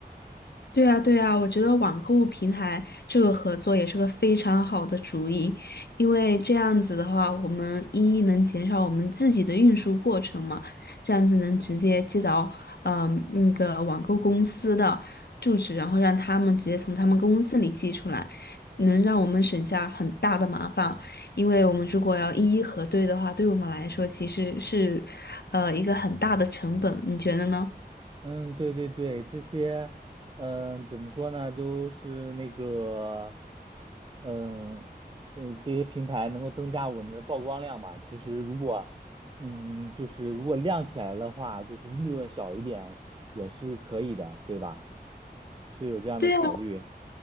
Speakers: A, on the left; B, on the right.
A: 对啊，对啊，我觉得网购平台这个合作也是个非常好的主意，因为这样子的话，我们一能减少我们自己的运输过程嘛，这样子能直接寄到嗯、那个网购公司的住址，然后让他们直接从他们公司里寄出来，能让我们省下很大的麻烦，因为我们如果要一一核对的话，对我们来说其实是呃一个很大的成本，你觉得呢？
B: 嗯，对对对，这些，嗯，怎么说呢，都是那个，嗯，呃，这些平台能够增加我们的曝光量嘛。其实如果，嗯，就是如果亮起来的话，就是利润少一点也是可以的，对吧？是有这样的考虑。
A: 对啊